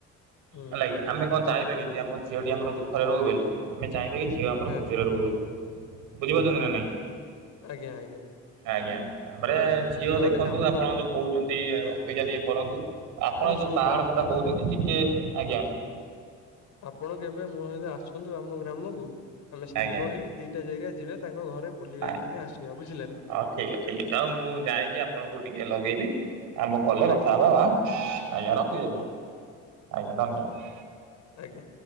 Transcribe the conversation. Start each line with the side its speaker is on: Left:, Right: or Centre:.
Left: ହୁଁ
Right: ହେଲା କିି ଆମେ କଣ ଚାହିପାକି ଆମ ଝିଅଟି ଆମର ଦୁଃରେ ରହୁ ବୋଲି? ଚାହିଁବେ କି ଝିଅ ଆମର
Left: ନା
Right: ଖୁସିରେ
Left: ନା
Right: ରହୁ ବୋଲି ବୁଝିପାରୁଛନ୍ତି ନା ନାଇଁ?
Left: ଆଜ୍ଞା ଆଜ୍ଞା।
Right: ଆଜ୍ଞା ତାପରେ
Left: ପାରୁଛି
Right: ଝିଅ
Left: ଆଉ
Right: ଦେଖନ୍ତୁ
Left: ଗୋଟେ କାମ
Right: ଆପଣ
Left: କରନ୍ତୁ
Right: ଯୋଉ କହୁଛନ୍ତି ଅପେକ୍ଷା ଟିକେ କରନ୍ତୁ। ଆପଣ ଏଇ
Left: ଶୁଣନ୍ତୁ
Right: ଯୋଉ ପାହାଡ
Left: ଆପଣ
Right: କଥା କହୁଛନ୍ତି ଟିକେ ଆଜ୍ଞା।
Left: ଆପଣ କେବେ ମୋ ସହିତ ଆସନ୍ତୁ ଆମ ଗ୍ରାମକୁ ଆମେ ସାଙ୍ଗ
Right: ଆଜ୍ଞା
Left: ହେଇକି ଦିଟା ଜାଗା ଯିବା ତାଙ୍କ ଘରେ ବୁଲିିବାଲିକିନି
Right: ଆଜ୍ଞା
Left: ଆସିବା ବୁଝିଲେ ନା?
Right: ହଉ ଠିକ୍ ଠିକ ଅଛି ଆଉ ମୁଁ ଯାଇକି ଆପଣଙ୍କୁ ଟିକେ ଲଗେଇବି। ଆ ମୁଁ ଗଲେ କଥା
Left: ଆଜ୍ଞା
Right: ହେବା ଆ ଆଜ୍ଞା ରଖୁଛି ଆଜ୍ଞା ଆଜ୍ଞା ଧନ୍ୟବାଦ।
Left: ଆଜ୍ଞା।